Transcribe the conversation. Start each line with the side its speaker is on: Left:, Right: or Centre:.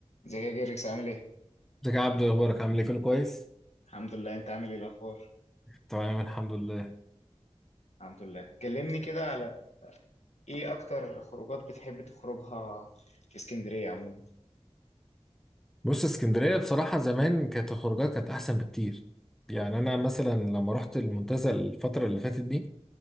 Left: ازيك يا جيركس عامل ايه؟
Centre: ازيك يا عبدو اخبارك عامل ايه كله كويس
Left: الحمد لله انت عامل ايه الاخبار؟
Centre: تمام الحمد لله
Left: الحمد لله كلمني كده على ايه اكتر خروجات بتحب تخرجها في اسكندرية عموما؟
Centre: بص اسكندريه بصراحه زمان كانت الخروجات كانت احسن بكتير يعني انا مثلا لما رحت المنتزه الفتره اللي فاتت دي